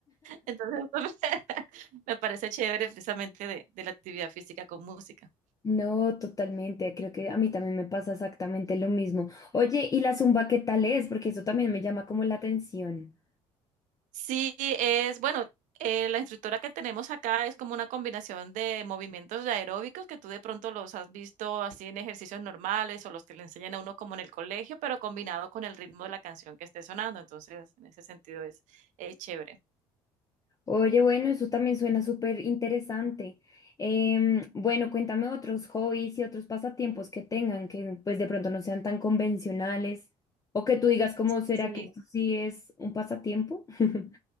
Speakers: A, on the right; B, on the left.
A: Entonces, <laughs> me, me parece chévere precisamente de, de, la actividad física con música.
B: No, totalmente. Creo que a mí también me pasa exactamente lo mismo. Oye, ¿y la zumba qué tal es? Porque eso también me llama como la atención.
A: Sí, es, bueno, eh, la instructora que tenemos acá es como una combinación de movimientos de aeróbicos que tú de pronto los has visto así en ejercicios normales o los que le enseñan a uno como en el colegio, pero combinado con el ritmo de la canción que esté sonando. Entonces, en ese sentido es, es chévere.
B: Oye, bueno, eso también suena súper interesante. Em, bueno, cuéntame otros hobbies y otros pasatiempos que tengan que pues de pronto no sean tan convencionales o que tú digas cómo será
A: Sí.
B: que esto sí es un pasatiempo. <laughs>